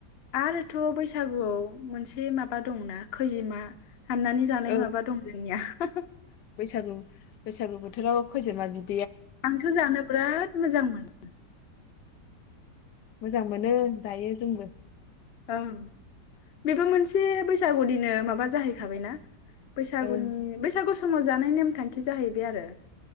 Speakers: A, on the left; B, on the left.
A: आरोथ' बैसागुआव मोनसे माबा दंना खैजिमा। हाननानै जानाय
B: औ
A: माबा दं जोंनिया <unintelligible>
B: बैसागु बैसागु बोथोराव खैजोमा बि
A: आंथ' जानो बिराद मोजां मोनो।
B: मोजां मोनो जायो जोंबो।
A: ओं बेबो मोनसे बैसागुनिनो माबा जाहैखाबायना? बैसागुनि
B: ओं
A: बैसागु समाव जानाय नेमखान्थि दि जाहैबाय आरो।